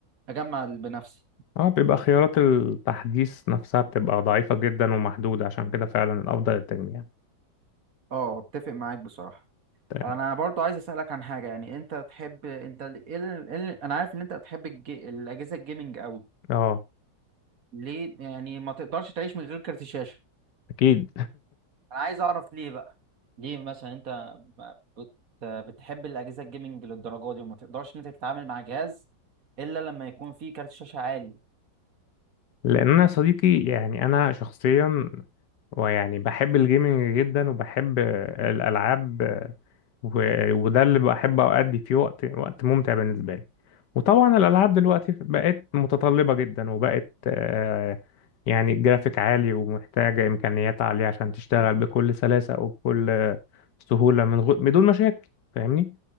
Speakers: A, on the right; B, on the left.
A: أجمع بنفسي
B: اه بيبقى خيارات التحديث نفسها بتبقى ضعيفة جدا ومحدودة عشان كده فعلا الأفضل التجميع
A: أه أتفق معاك بصراحة
B: تمام.
A: أنا برضو عايز أسألك عن حاجة يعني أنت تحب أنت ال... ال... ال... أنا عارف إن أنت بتحب الج... الأجهزة الجيمنج أوي
B: اه
A: ليه يعني ما تقدرش تعيش من غير كارت الشاشة
B: أكيد
A: انا عايز اعرف ليه بقى ليه مثلا انت ب- بت... بتحب الاجهزه الجيمنج للدرجه دي وما تقدرش ان انت تتعامل مع جهاز الا لما يكون فيه كارت شاشه عالي
B: لان انا يا صديقي يعني انا شخصيا ويعني بحب الجيمنج جدا وبحب آه، الالعاب آه، و- وده اللي بحب أؤدي فيه وقت وقت ممتع بالنسبة لي وطبعا الألعاب دلوقتي بقت متطلبة جدا وبقت آه، يعني جرافيك عالي ومحتاجة إمكانيات عالية عشان تشتغل بكل سلاسة وبكل آه، سهولة من غ... بدون مشاكل فاهمني